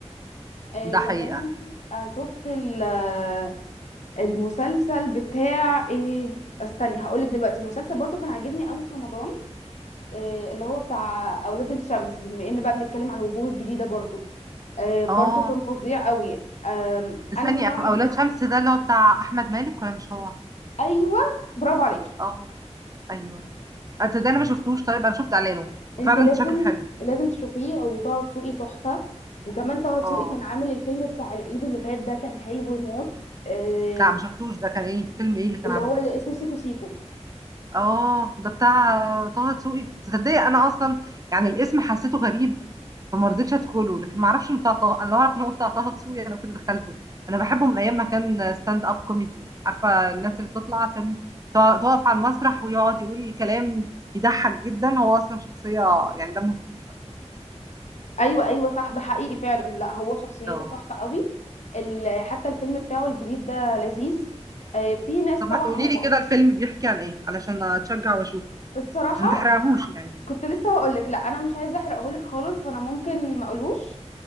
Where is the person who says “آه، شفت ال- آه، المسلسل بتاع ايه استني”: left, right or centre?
Left